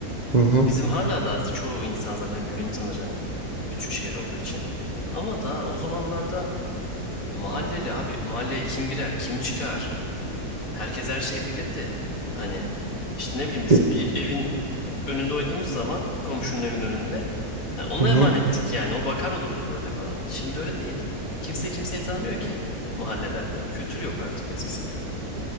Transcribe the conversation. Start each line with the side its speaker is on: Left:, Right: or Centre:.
Right: hı hı.
Left: Bizim hala da çoğu insan zaten birbirini tanır hani. Küçük şehir olduğu için. Ama da o zamanlarda ya mahalleli abi mahalleye kim girer, kim çıkar? Herkes her şeyi bilirdi. Hani işte ne bileyim biz
Right: Bir,
Left: bir evin önünde oynadığımız zaman komşunun evinin önünde ha, ona
Right: hı hı.
Left: emanettik yani. O bakar olurdu böyle falan. Şimdi öyle değil. Kimse kimseyi tanımıyor ki mahallelerde. O kültür yok artık eskisi gibi.